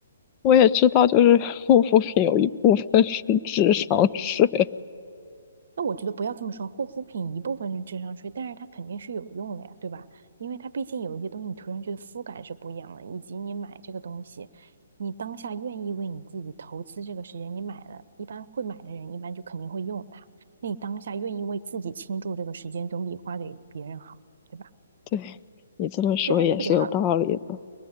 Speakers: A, on the left (about 30°); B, on the right (about 60°).
A: 我也知道，就是护肤品有一部分是 <laughs> 智商税。
B: 那我觉得不要这么说，护肤品一部分是智商税，但是它肯定是有用的呀，对吧？因为它毕竟有一些东西你涂上去的肤感是不一样的，以及你买这个东西，你当下愿意为你自己投资这个时间，你买了，一般会买的人一般就肯定会用它。那你当下愿意为自己倾注这个时间，总比花给别人好，对吧？
A: 对，你这么说也是有道理的。
B: 对啊，那不就好了，